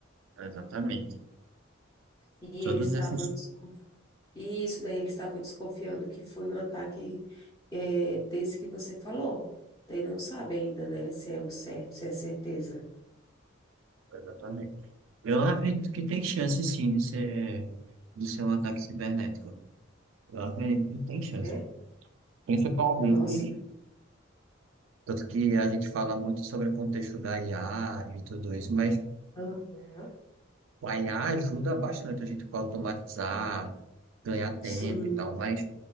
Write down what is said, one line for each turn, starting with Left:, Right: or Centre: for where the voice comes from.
Right: Exatamente.
Left: e
Right: Todos
Left: eles estavam,
Right: esses.
Left: desconf- e isso daí eles estavam desconfiando que foi um ataque é, desse que você falou. Daí não sabe ainda, né, se é o certo, se é certeza,
Right: Exatamente. Eu acredito que tem chance sim de ser, de ser um ataque cibernético. Eu acredito tem chance.
Left: né?
Right: Principalmente,
Left: Nossa,
Right: tanto que a gente fala muito sobre o contexto da IA e tudo isso, mas
Left: aham,
Right: a IA ajuda bastante a gente para automatizar, ganhar tempo
Left: sim,
Right: e tal. Mas